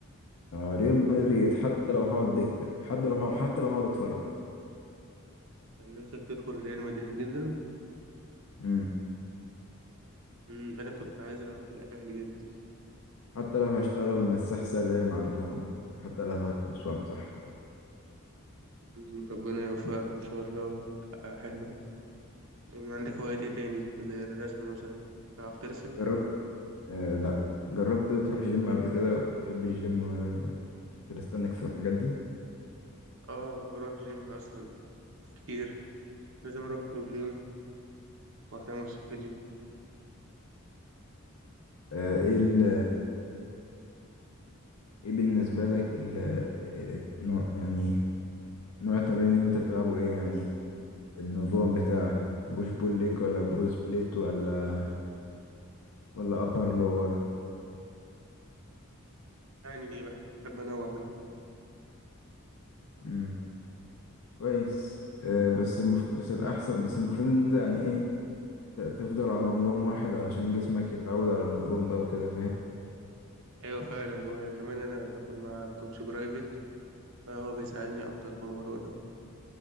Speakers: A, on the left; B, on the right.
A: آه ريال مدريد حتى لو هقعد دكة حتى لو هقعد حتى لو هقعد اتفرج
B: كان نفسك تدخل ريال مدريد جدا
A: امم
B: مم، انا كنت عايز العب في الاهلي جدا
A: حتى لو هشتغل مساح سلام عندهم حتى لو هكنس وامسح
B: مم، ربنا يوفقك ان شاء الله تحقق حلمك مم، عندك هوايات ايه تاني زي الرسم مثلا تعرف ترسم
A: جربت آه لا جربت تروح جيم قبل كده وبتحب الجيم والكاليستانكس والحاجات دي
B: اه بروح جيم اصلا كتير لازم اروح كل يوم واهتم بصحتي
A: آه ايه ال- ايه بالنسبة لك ال- النوع يعني نوع التمرين اللي انت بتلعبه ايه يعني النظام بتاعك بوش بول ليج ولا برو سبليت ولا ولا ابر لور
B: يعني بحب انوع بينهم
A: امم كويس آه بس المف... بس الاحسن بس المفروض ان انت يعني ايه ت- تفضل على نظام واحد علشان جسمك يتعود على النظام ده وكده فاهم
B: ايوه فعلا وكمان انا باخد مع كوتش برايفت فهو بيساعدني اكتر في الموضوع ده